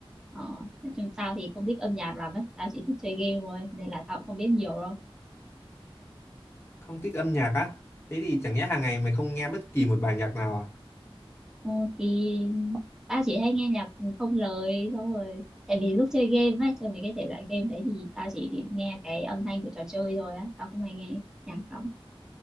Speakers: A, in the centre; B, on the left.
A: ờ, nói chung tao thì không thích âm nhạc lắm ấy tao chỉ thích chơi game thôi nên là tao cũng không biết nhiều đâu
B: Không thích âm nhạc á? Thế thì chẳng nhẽ hàng ngày mày không nghe bất kỳ một bài nhạc nào à?
A: Ờ, thì ba chỉ hay nghe nhạc không lời xong rồi tại vì lúc chơi game ấy chơi mấy cái thể loại game đấy thì tao chỉ nghe cái âm thanh của trò chơi thôi á tao không hay nghe nhạc lắm